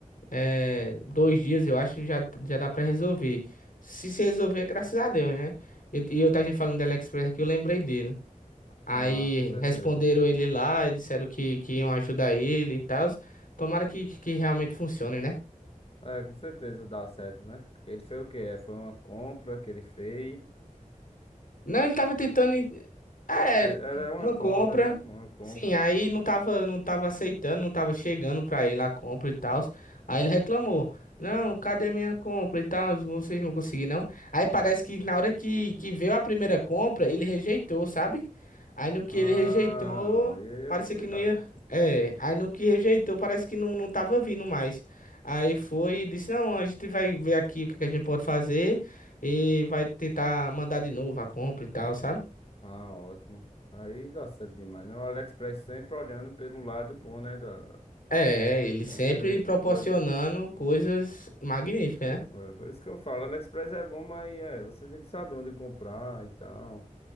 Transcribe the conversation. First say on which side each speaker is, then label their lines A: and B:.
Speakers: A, on the left; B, on the left.
A: é, dois dias eu acho já, já dá pra resolver. Se se resolver, graças a Deus, né? Eu- E eu, tava gente falando do AliExpress aqui, eu lembrei dele. Aí
B: Ah, com certeza.
A: responderam ele lá e disseram que, que iam ajudar ele e tal. Tomara que, que realmente funcione, né?
B: É, com certeza dá certo, né? Ele fez o quê? É, Foi uma compra que ele fez.
A: Não, ele tava tentando. en- ah,
B: Eu sei,
A: É,
B: era uma
A: uma
B: compra,
A: compra.
B: né? Uma compra.
A: Sim, aí não tava, não tava aceitando, não tava chegando pra ele a compra e tal. Aí ele reclamou. Não, cadê minha compra e tal? Vocês não conseguiram, não. Aí parece que na hora que, que veio a primeira compra, ele rejeitou, sabe? Aí no que
B: Ah,
A: ele rejeitou,
B: e aí
A: parecia
B: é complicado.
A: que não ia. É, aí no que rejeitou, parece que não, não tava vindo mais. Aí foi e disse: Não, a gente vai ver aqui o que que a gente pode fazer e vai tentar mandar de novo a compra e tal, sabe?
B: Ah, ótimo. Aí dá certo demais, né? O AliExpress sempre olhando pelo lado bom, né? Da,
A: É, ele
B: Sempre
A: sempre proporcionando
B: priori...
A: coisas magníficas, né?
B: É, por isso que eu falo, AliExpress é bom, mas é, você tem que saber onde comprar e tal.